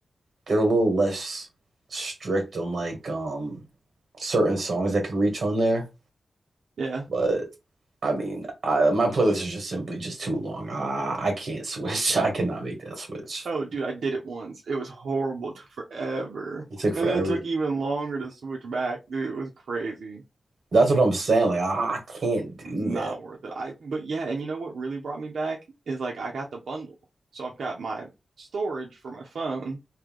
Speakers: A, on the right (about 55°); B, on the right (about 85°).
A: they're a little less strict on like um certain songs that could reach on there.
B: Yeah.
A: But I mean, I, my playlist is just simply just too long. I I can't switch. <laughs> I cannot make that switch.
B: Oh, dude, I did it once. It was horrible. took forever.
A: It took forever.
B: And then it took even longer to switch back. Dude, it was crazy.
A: That's what I'm saying. Like I I can't do
B: It was not
A: that.
B: worth it. I but yeah, and you know what really brought me back is like I got the bundle. So I've got my storage for my phone